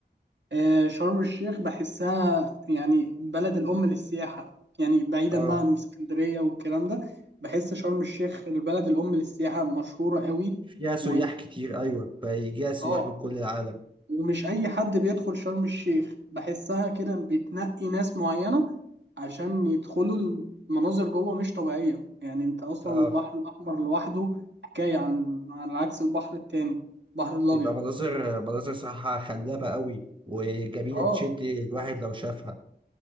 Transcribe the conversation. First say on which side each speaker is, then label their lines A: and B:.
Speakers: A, on the right; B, on the right.
A: آه، شرم الشيخ بحسها يعني بلد الأم للسياحة يعني بعيدا
B: اه
A: بقى عن اسكندرية والكلام ده بحس شرم الشيخ البلد الأم للسياحة مشهورة قوي
B: فيها سياح
A: و...
B: كتير ايوه فيجيها سياح
A: آه
B: من كل العالم
A: ومش أي حد بيدخل شرم الشيخ بحسها كده بتنقي ناس معينة عشان يدخلوا المناظر جوه مش طبيعية يعني أنت أصلا
B: اه
A: البحر الأحمر لوحده حكاية عن عن عكس البحر التاني البحر الأبيض
B: بيبقى مناظر مناظر صراحة خلابة قوي وجميلة
A: آه
B: بتشد الواحد لو شافها